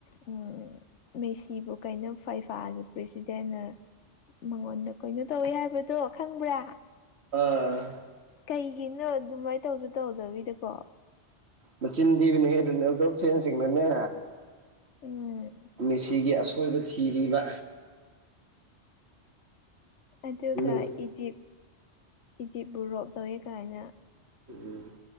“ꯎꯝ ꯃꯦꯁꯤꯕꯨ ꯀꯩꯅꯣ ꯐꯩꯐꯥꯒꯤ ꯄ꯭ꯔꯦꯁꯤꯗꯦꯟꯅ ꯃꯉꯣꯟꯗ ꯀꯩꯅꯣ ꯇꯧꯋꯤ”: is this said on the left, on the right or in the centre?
Left